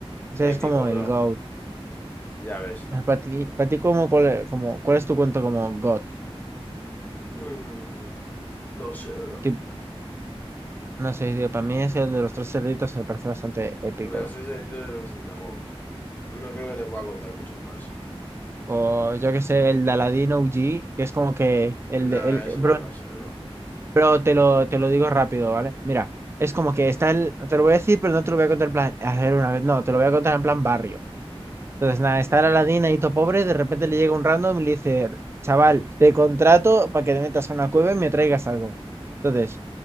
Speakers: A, on the right (about 25°); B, on the left (about 15°).
A: Ese es
B: Épico,
A: como
B: bro.
A: el GOAT.
B: Ya ves.
A: Ah, Para ti, para ti como, cuál, es- como, ¿cuál es tu cuento como GOAT?
B: Mm, no sé, bro.
A: Que, no sé, tío, para mí es el de los tres cerditos, me parece bastante épico.
B: De los tres deditos es bastante goat. No creo que te pueda contar muchos más.
A: O yo qué sé, el de Aladino OG, que es como que el
B: Nah,
A: de... El,
B: eso
A: bro,
B: no me lo sé, bro.
A: Pero te lo, te lo digo rápido, ¿vale? Mira, es como que está el... Te lo voy a decir, pero no te lo voy a contar en plan hacer una vez. No, te lo voy a contar en plan barrio. Entonces, nada, está la ladina y todo pobre, de repente le llega un random y le dice, chaval, te contrato para que te metas a una cueva y me traigas algo. Entonces,